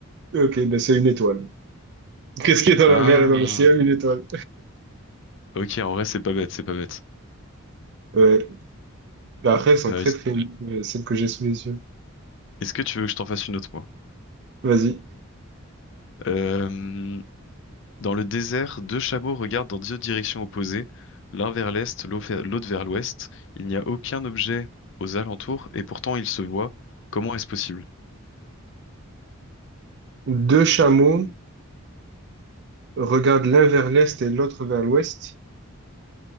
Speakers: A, on the right; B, on the left.
A: Ok, ben c'est une étoile. Qu'est-ce qui est dans
B: Ah,
A: la mer et dans le ciel? Une étoile.
B: ok, en vrai, c'est pas bête, c'est pas bête.
A: Ouais. Bah, Après, elles sont
B: Euh,
A: très très longues, euh, celles que j'ai sous les yeux.
B: Est-ce que tu veux que je t'en fasse une autre, moi?
A: Vas-y.
B: Euh, dans le désert, deux chameaux regardent dans deux directions opposées, l'un vers l'est, l'au- vers- l'autre vers l'ouest. Il n'y a aucun objet aux alentours et pourtant ils se voient. Comment est-ce possible?
A: Deux chameaux regardent l'un vers l'est et l'autre vers l'ouest,